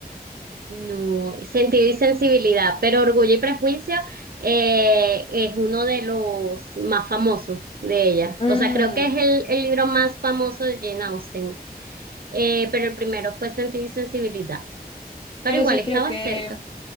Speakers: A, on the right; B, on the left.
A: No, Sentido y Sensibilidad, pero Orgullo y Prejuicio eh, es uno de los más famosos de ella.
B: Mm,
A: O sea, creo que es el, el libro más famoso de Jane Austen, Eh, pero el primero fue Sentido y Sensibilidad, pero
B: pero
A: igual
B: sí
A: estaba
B: creo que
A: cerca.